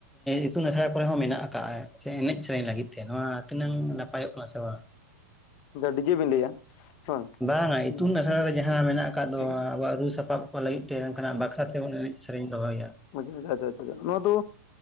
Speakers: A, in the centre; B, on the left.
A: ᱤᱛᱩᱱ ᱟᱥᱲᱟ ᱠᱚᱨᱮ ᱦᱚᱸ ᱢᱮᱱᱟᱜ ᱟᱠᱟᱜᱼᱟ ᱥᱮ ᱮᱱᱮᱡ ᱥᱮᱨᱮᱧ ᱞᱟᱹᱜᱤᱫ ᱛᱮ ᱱᱚᱣᱟ ᱛᱤᱱᱟᱹᱝ ᱱᱟᱯᱟᱭᱚᱜ ᱠᱟᱱᱟ ᱥᱮ ᱵᱟᱝᱟ?
B: ᱰᱤᱡᱮ ᱵᱮᱤᱱ ᱞᱟᱹᱭᱟ ᱵᱟᱝ
A: ᱵᱟᱝᱟ
B: ᱦᱩᱸ
A: ᱤᱛᱩᱱ ᱟᱥᱲᱟ
B: ᱦᱩᱸ
A: ᱨᱮ ᱡᱟᱦᱟᱸ ᱢᱮᱱᱟᱜ ᱟᱠᱟᱫ ᱫᱚ
B: ᱦᱩᱸ
A: ᱟᱵᱚᱣᱟᱜ ᱨᱩ ᱥᱟᱯᱟᱵ ᱠᱚ ᱞᱟᱹᱜᱤᱫ᱾ ᱛᱮ ᱚᱱᱠᱟᱱᱟᱜ ᱵᱟᱠᱷᱨᱟ ᱛᱮ ᱩᱱᱤ ᱮᱱᱮᱡ ᱥᱮᱨᱮᱧ ᱫᱚᱦᱚ ᱮᱭᱟ᱾
B: ᱟᱪᱷᱟ ᱟᱪᱷᱟ ᱟᱪᱪᱷᱟ ᱱᱚᱣᱟ ᱫᱚ